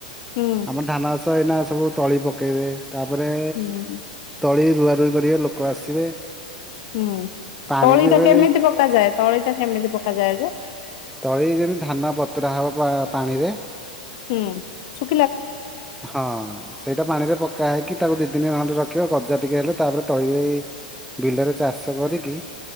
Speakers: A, on the left; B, in the centre.
A: ହୁଁ
B: ଆମର ଧାନ ଚାଷ ଏଇନା ସବୁ ତଳି ପକେଇବେ। ତାପରେ
A: ହୁଁ।
B: ତଳି ରୁଆ ରୁଇ କରିବେ ଲୋକ ଆସିବେ।
A: ହୁଁ
B: ପାଣି
A: ତଳିଟା
B: ବି ଏବେ
A: କେମିତି ପକାଯାଏ ତଳିଟା କେମିତି ପକାଯାଏ ଯେ?
B: ତଳି ଯେମିତି ଧାନ ବତୁରା ହବ ପାଣିରେ।
A: ହୁଁ ସୁ
B: ହଁ ସେଇଟା ପାଣିରେ ପ କା ହେଇକି ତାକୁ ଦି ଦିନି ଅଣ୍ଡ ରଖିବ ଗଜା ଟିକେ ହେଲେ ତାପରେ ତଳିରେ ବିଲରେ ଚାଷ କରିକି